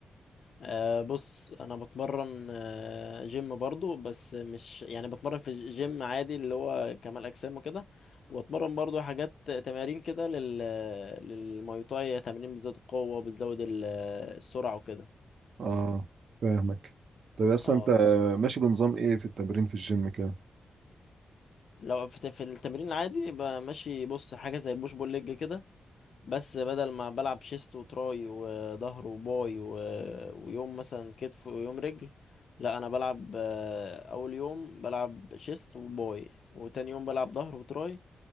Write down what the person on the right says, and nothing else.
اه
فاهمك طب يا اسطى
انت ماشي بنظام ايه في التمرين في الجيم كده